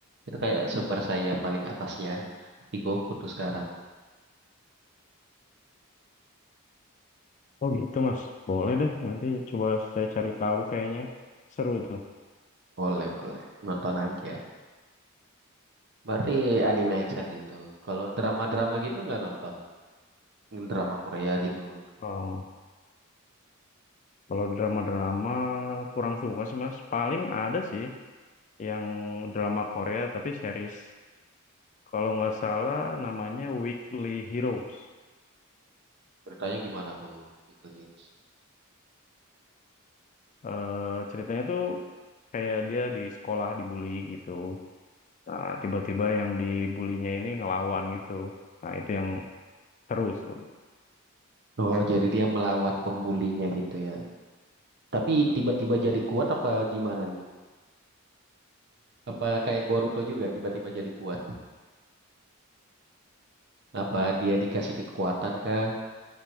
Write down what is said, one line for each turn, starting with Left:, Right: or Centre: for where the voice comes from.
Right: Itu kayak super saya paling atasnya si Goku tuh sekarang.
Left: Oh gitu Mas. Boleh deh. Nanti coba saya cari tahu kayaknya seru tuh.
Right: Boleh, boleh. Nonton aja. Berarti anime action gitu. Kalau drama-drama gitu nggak nonton? Drama Korea gitu.
Left: Kalau kalau drama-drama kurang suka sih Mas. Paling ada sih yang drama Korea tapi series. Kalau nggak salah namanya Weekly Heroes.
Right: Ceritanya gimana tuh, Weekly Heroes?
Left: Eh, ceritanya tuh kayak dia di sekolah dibully gitu. Nah, tiba-tiba yang dibulinya ini ngelawan gitu. Nah, itu yang seru, seru.
Right: Oh, jadi dia melawan pembulinya gitu ya. Tapi tiba-tiba jadi kuat apa gimana nih? Apa kayak Boruto juga tiba-tiba jadi kuat? Apa dia dikasih kekuatan kah?